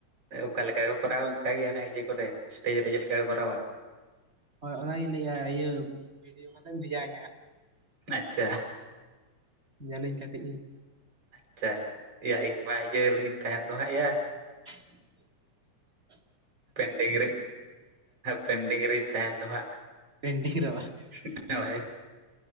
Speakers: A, on the right; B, on the right.
A: ᱚᱠᱟ ᱞᱮᱠᱟ ᱠᱚ ᱠᱚᱨᱟᱣ-ᱟ ᱚᱱᱠᱟ ᱜᱮ ᱦᱟᱱᱮ ᱤᱭᱟᱹ ᱠᱚᱨᱮ ᱥᱴᱮᱡᱽ ᱨᱮ ᱪᱮᱫ ᱞᱮᱠᱟ ᱠᱚᱨᱟᱣ-ᱟ᱾
B: ᱦᱳᱭ ᱚᱱᱟ ᱜᱤᱧ ᱞᱟᱹᱭ ᱮᱜᱼᱟ ᱤᱭᱟᱹ, ᱵᱷᱤᱰᱤᱭᱳ ᱠᱟᱛᱮᱜ ᱮᱢ ᱵᱷᱮᱡᱟ ᱤᱧᱟ ᱦᱟᱸᱜ᱾
A: ᱟᱪᱪᱷᱟ᱾
B: ᱧᱮᱞ ᱤᱧ ᱠᱟᱹᱴᱤᱡ ᱤᱧ᱾
A: ᱟᱪᱪᱷᱟ ᱮᱭᱟ ᱤᱧ ᱢᱟ ᱤᱭᱟᱹ ᱨᱤᱧ ᱛᱟᱦᱮᱱ ᱫᱚ ᱦᱟᱸᱜ ᱭᱟ᱾
B: <inaudible>
A: ᱯᱮᱱᱰᱤᱝ ᱨᱮ ᱯᱮᱱᱰᱤᱝ ᱨᱤᱧ ᱛᱟᱦᱮᱱ ᱫᱚ ᱦᱟᱸᱜ᱾
B: ᱯᱮᱱᱰᱤᱝ ᱨᱮ ᱵᱟᱝ
A: <unintelligible> ᱦᱳᱭ